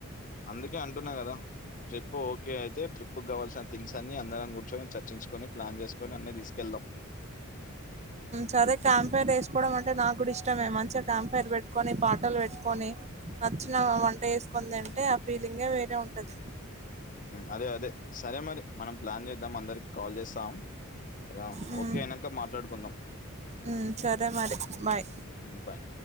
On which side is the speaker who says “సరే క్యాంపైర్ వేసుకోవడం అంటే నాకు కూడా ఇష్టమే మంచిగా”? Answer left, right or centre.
Right